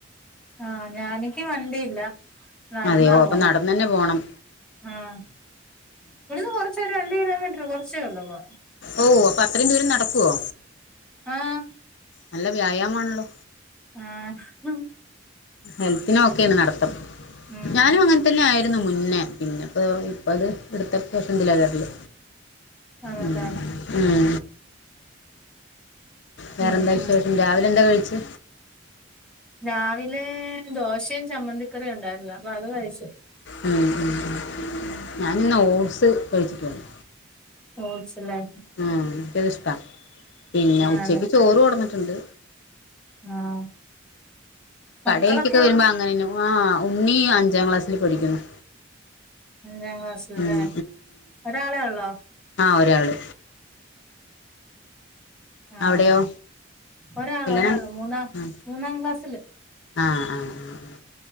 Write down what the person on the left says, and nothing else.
അതെയോ
അപ്പൊ നടന്ന് തന്നെ പോണം
ഓ അപ്പൊ അത്രയും ദൂരം നടക്കുവോ
നല്ല വ്യായാമാമാണല്ലോ
ഹെൽത്തിനൊക്കെയാണ് നടത്തം
ഞാനും അങ്ങൻതന്നെ ആയിരുന്നു മുന്നേ പിന്നെപ്പോ ഇപ്പ അത് ഇട്ത്തപ്പോ <unintelligible> ണ്ട് ലെയർല്
ഉം ഉം വേറെന്താ
വിശേഷം രാവിലെ എന്താ കഴിച്ച്
ഉം ഉം
ഞാനിന്ന് ഓട്സ് കഴിച്ചിരുന്നു
ആ എനിക്കത്ഷ്ടാ പിന്നെ
ഉച്ചക്ക് ചോറ് കൊടന്നിട്ടുണ്ട്
കടയിൽക്കൊക്കെ വരുമ്പോ അങ്ങനെന്നും ആ ഉണ്ണി അഞ്ചാം ക്ലാസ്സില് പഠിക്കുന്നു
ഉം,
ആഹ് ഒരാള്
അവിടെയോ
കല്യാണം
ആ
ആഹ് ആഹ് ആഹ് ആഹ്